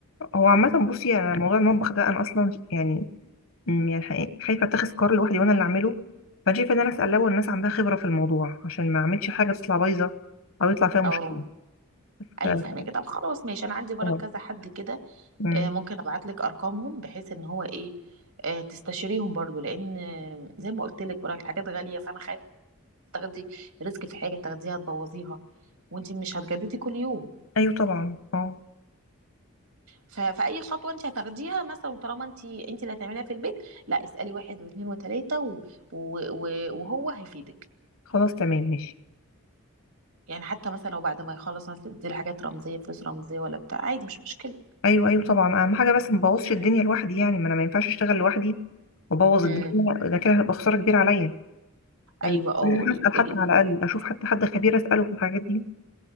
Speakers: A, on the left (about 65°); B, on the right (about 80°).
A: هو عامة بصي يعني موضوع المطبخ ده أنا أصلا يعني أمم، يعني حقيقي خايفه اتخذ قرار لوحدي وانا اللي اعمله فانا شايفه ان انا اسال الاول الناس عندها خبره في الموضوع عشان ما اعملش حاجه تطلع بايظه او يطلع فيها مشكله
B: اه
A: ف-
B: ايوه فاهمه كده طب خلاص ماشي انا عندي برك
A: طبعا
B: كذا حد كده
A: أمم،
B: آه، ممكن ابعت لك ارقامهم بحيث ان هو ايه آه، تستشيريهم برضو لان آه، زي ما قلت لك برك الحاجات غاليه فانا خايفه تاخدي ريسك في حاجه تاخديها تبوظيها وانت مش هتجددي كل يوم
A: ايوه طبعا اه
B: ف- فاي خطوه انت هتاخديها مثلا وطالما انت انت اللي هتعمليها في البيت لا اسالي واحد واثنين وثلاثه و... و... و... وهو هيفيدك
A: خلاص تمام ماشي
B: يعني حتى مثلا لو بعد ما يخلص مثلا تدي حاجات رمزيه فلوس رمزيه ولا بتاع عادي مش مشكله
A: ايوه ايوه طبعا اهم حاجه بس ما بوظش الدنيا لوحدي يعني ما انا ما ينفعش اشتغل لوحدي وابوظ
B: امم
A: الدنيا ده كده هتبقى خساره كبيره عليا
B: ايوه
A: ال-
B: اه
A: لازم
B: قولي
A: اسال حتى
B: قولي
A: على الاقل اشوف حتى حد خبير اساله في الحاجات دي